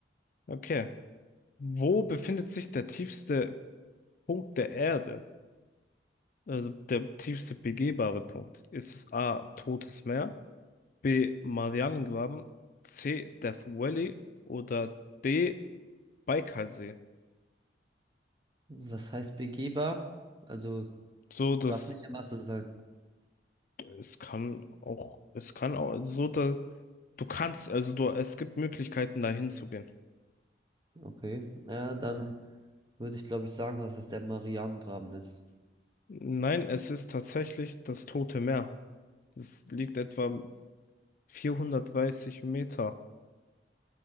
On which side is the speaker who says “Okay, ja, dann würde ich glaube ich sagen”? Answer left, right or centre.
Right